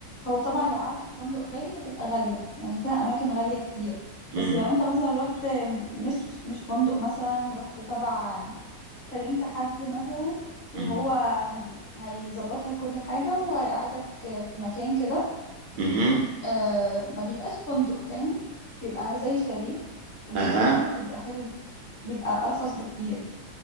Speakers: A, on the left (about 45°); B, on the right (about 70°).
A: هو طبعا لو قعدت في فندق غالي هتبقى غالية يعني فيها أماكن غالية كتير
B: مم.
A: بس لو انت مثلا رحت مش مش فندق مثلا رحت تبع كلمت حد مثلا وهو
B: مم.
A: هيظبط لك كل حاجة وهيقعدك في مكان كده
B: مهم.
A: آه، ما بيبقاش فندق فاهم بيبقى زي شاليه وبيبقى
B: اها
A: نظيف وبيبقى حلو بيبقى أرخص بكتير